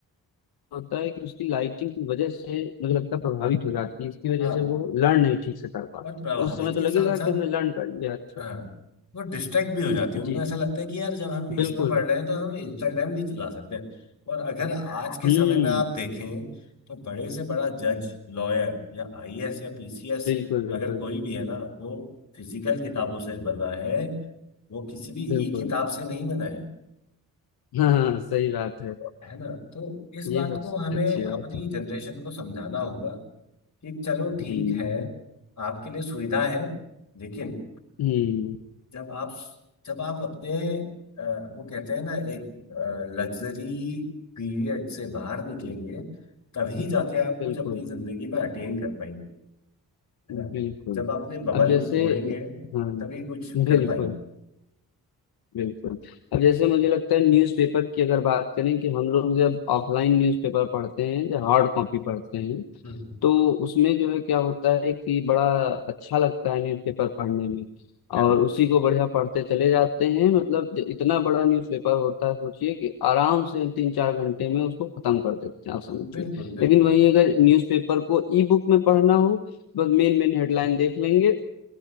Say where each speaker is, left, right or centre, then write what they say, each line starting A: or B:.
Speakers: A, on the left; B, on the left.
A: होता है कि उसकी लाइटिंग की वजह से मुझे लगता है प्रभावित हो जाती है इसकी वजह
B: हाँ
A: से वो लर्न नहीं ठीक से कर पाती
B: और प्रभावित
A: उस समय तो
B: के
A: लगेगा
B: साथ
A: कि
B: साथ
A: हमने लर्न कर लिया अच्छा
B: हाँ वो डिस्ट्रैक्ट भी हो जाती है उनको
A: जी
B: ऐसा
A: जी
B: लगता है कि यार जब हम इसमें
A: बिल्कुल
B: पढ़ रहे हैं तो हम इंस्टाग्राम भी चला सकते हैं और अगर आज
A: हम्म
B: के समय में आप देखें तो बड़े से बड़ा जज लॉयर या आईएएस या पीसीएस
A: बिल्कुल बिल्कुल
B: अगर कोई भी है ना वो फिजिकल किताबों से बना है वो किसी भी
A: बिल्कुल
B: ई किताब से नहीं बना है
A: हाँ हाँ, सही बात है
B: है ना तो इस
A: ये
B: बात
A: सबसे
B: को हमें
A: अच्छी बात
B: अपनी
A: है
B: जनरेशन को समझाना होगा कि चलो ठीक
A: हम्म
B: है आपके लिए सुविधा है लेकिन
A: हम्म
B: जब आप जब आप अपने अ, वो कहते हैं ना एक लग्जरी पीरियड से बाहर निकलेंगे तभी जाके आप
A: बिल्कुल
B: कुछ अपनी जिंदगी में अटेन कर पाएंगे है ना
A: बिल्कुल
B: जब आपने बबल
A: अब जैसे
B: को फोड़ेंगे
A: हाँ
B: तभी कुछ
A: बिल्कुल
B: कर पाएंगे
A: बिल्कुल अब जैसे मुझे लगता है न्यूज़पेपर की अगर बात करें कि हम लोग जब ऑफलाइन न्यूज़पेपर पढ़ते हैं जब हार्ड कॉपी पढ़ते हैं
B: हम्म
A: तो उसमें जो है क्या होता है कि बड़ा अच्छा लगता है न्यूज़पेपर पढ़ने में
B: है
A: और उसी को बढ़िया पढ़ते चले जाते हैं मतलब ज- इतना बड़ा न्यूज़पेपर होता है सोचिए कि आराम से हम तीन चार घंटे में उसको खत्म कर देते हैं आप समझिए
B: बिल्कुल बिल्कुल
A: लेकिन वहीं अगर न्यूज़पेपर को ई बुक में पढ़ना हो बस मेन मेन हेडलाइन देख लेंगे